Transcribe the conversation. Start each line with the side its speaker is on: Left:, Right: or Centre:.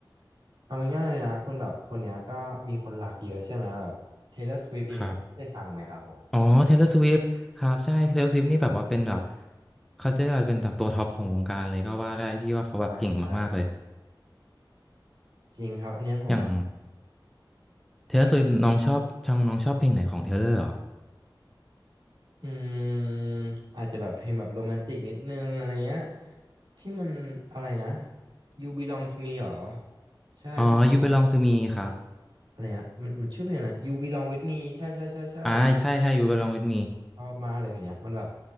Right: เอาง่ายๆเลยนะคนแบบคนเนี้ยก็มีคนรักเยอะใช่ไหมแบบ Taylor Swift อย่างเงี้ยได้ฟังไหมครับผม
Centre: ครับ อ๋อ Taylor Swift ครับใช่ Taylor Swift นี่แบบว่าเป็นแบบเขาจะเป็นแบบตัวท็อปของวงการเลยก็ว่าได้พี่ว่าเขาแบบเก่งมากๆเลย
Right: ใช่ใช่ครับจริงครับอันเนี้ยผมอ่ะ
Centre: อย่าง Taylor Swift น้องชอบช่องน้องชอบเพลงไหนของ Taylor เหรอ
Right: อืมอาจจะแบบเพลงแบบโรแมนติกนิดนึงอะไรเงี้ยที่มันอะไรนะ You Belong to Me หรอใช่ใช่ใช่
Centre: อ๋อ You Belong to Me ครับ
Right: อะไรนะมันมันชื่อเพลงอะไร You Belong with Me ใช่ใช่ใช่ใช่
Centre: อ่าใช่ใช่ You Belong with Me
Right: ชอบมากเลยเพลงเนี้ยมันแบบ